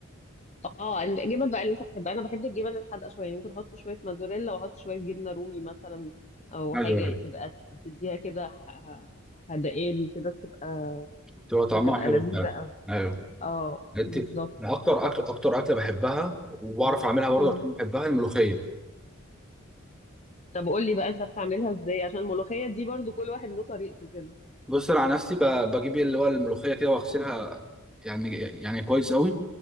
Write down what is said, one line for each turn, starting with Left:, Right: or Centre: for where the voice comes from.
Left: اه الجبن بقى اللي انت بتحبها انا بحب الجبن الحادقه شويه يعني ممكن احط شويه موزاريلا واحط شويه جبنه رومي مثلا او
Centre: ايوه
Left: حاجه تبقى تديها كده ح- حدقان كده تبقى
Centre: بتبقى طعمها
Left: بتبقى
Centre: حلو
Left: لذيذه
Centre: فعلا
Left: قوي
Centre: ايوه
Left: اه
Centre: انت
Left: بالظبط
Centre: اكتر اكل اكتر اكله بحبها وبعرف اعملها برضه
Left: مم.
Centre: عشان بحبها الملوخيه
Left: طب قول لي بقى انت بتعملها ازاي عشان الملوخيه دي برضو كل واحد له طريقته كده
Centre: بص انا على نفسي ب- بجيب اللي هو الملوخيه كده واغسلها يعني يعني كويس قوي